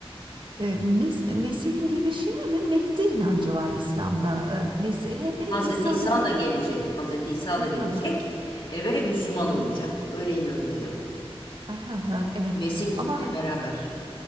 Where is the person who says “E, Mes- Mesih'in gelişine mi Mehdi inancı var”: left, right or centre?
Right